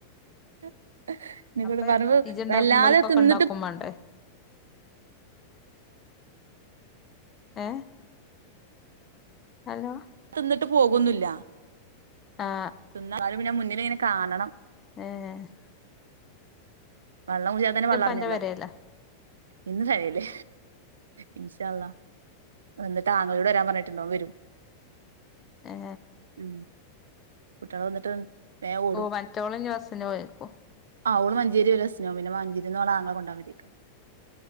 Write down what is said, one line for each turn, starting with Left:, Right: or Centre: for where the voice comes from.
Right: <unintelligible> ഇീോ
Left: അപ്പൊ
Right: <unintelligible> ട് പറു
Left: ഇജ്ണ്ടാക്കുമ്പോൽക്കൊക്കെ
Right: വല്ലാതെ തിന്നിട്ട്
Left: ഇണ്ടാക്കും മാണ്ടേ ഏ ഹലോ
Right: തിന്നിട്ട് പോകുന്നില്ല
Left: ആ
Right: എന്നാലും പിന്നെ മുന്നിൽ ഇങ്ങനെ കാണണം-
Left: ആഹ <unintelligible>
Right: വെള്ളം കുടിക്കാതെ തന്നെ വയറു നിറിഞ്ഞാലോ
Left: അന്റെ പെരേലാ
Right: ഇന്ന് കരല്ലേ ഇൻഷാ അള്ള എന്നന, എന്നിട്ട താങ്കളോട് വരാൻ പറഞ്ഞിട്ടുണ്ടോ വരും
Left: ഏ
Right: ഉ കുട്ടികളെ വന്നിട്ട് ഓടും
Left: ഓ മറ്റോളം ഇനി ബസിന് പോയാർക്കും
Right: ആ ഓണ് മഞ്ചേരി വികസനവും പിന്നെ മഞ്ചേരിന്നളാങ്കെ കൊണ്ടാതിക്ക